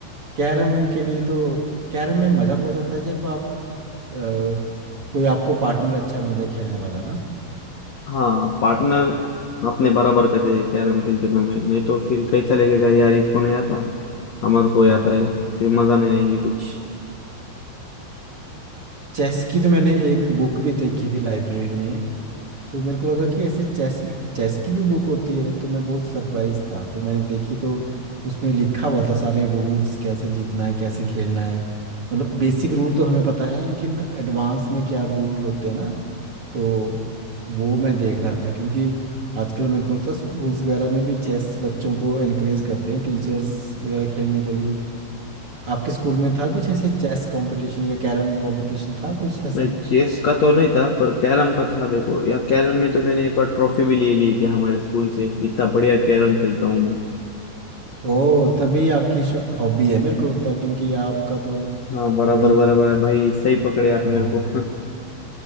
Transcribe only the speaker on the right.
कैरम के लिए तो कैरम में मज़ा बहुत होता है जब आप अ, कोई आपको पार्टनर अच्छा मिल जाए खेलने वाला ना
हाँ
चेस की तो मैंने एक बुक भी देखी थी लाइब्रेरी में तो मेरे को लगा कि ऐसे चेस में चेस की भी बुक होती है तो मैं बहुत सरप्राइज था तो मैंने देखी तो उसमें लिखा हुआ था सारे रूल्स कैसे जीतना है कैसे खेलना है मतलब बेसिक रूल तो हमें पता है लेकिन एडवांस में क्या रूल होते हैं ना तो वो मैं देख रहा था क्योंकि आजकल मेरे को लगता है स्कूल्स वगैरह में भी चेस बच्चों को एनकरेज करते हैं टीचर्स वगैरह खेलने के लिए आपके स्कूल में था कुछ ऐसे चेस कंपटीशन या कैरम कंपटीशन था कुछ ऐसा
ओ तभी आपकी हॉबी है मेरे को लगता है क्योंकि आपका तो
वही
है
हाँ